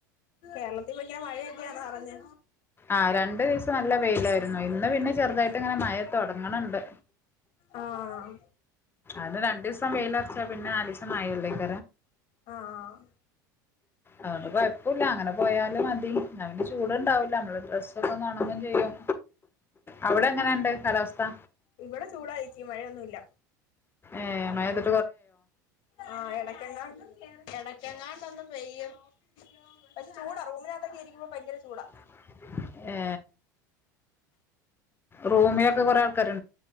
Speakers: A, on the left (about 55°); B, on the left (about 20°).
A: കേരളത്തിൽ ഭയങ്കര മഴയൊക്കെയാന്ന പറഞ്ഞെ
B: ആഹ് രണ്ടു ദിവസം നല്ല വെയിലായിരുന്നു ഇന്ന് പിന്നെ ചെറുതായിട്ട് ഇങ്ങനെ മഴ തോടങ്ങണുണ്ട്
A: ആഹ്
B: അത് രണ്ടു ദിവസം വെയിലുറച്ചാൽ പിന്നെ നാല് ദിവസം മഴ അല്ലെ <unintelligible>
A: ആഹ്
B: അതോണ്ട് കൊഴപ്പം ഇല്ല അങ്ങനെ പോയാലും മതി നമ്മക്ക് ചൂട് ഉണ്ടാവില്ല നമ്മടെ ഡ്രസ്സ് ഒക്കെ ഒന്ന് ഉണങ്ങുകേം ചെയ്യും അവിടെ എങ്ങനെയുണ്ട് കാലാ താ
A: ഇവിടെ ചൂടാ ചേച്ചി മഴയൊന്നുമില്ല
B: ഏഹ് മഴ പെ
A: ആ എടക്കെങ്ങാട് എടക്കങ്ങാണ്ട് ഒന്ന് പെയ്യും പക്ഷെ ചൂടാ റൂമിനകത്തൊക്കെ ഇരിക്കുമ്പോ ഭയങ്കര ചൂടാ
B: <unintelligible> ഏ റൂമിലൊക്കെ കുറെ ആൾക്കാരു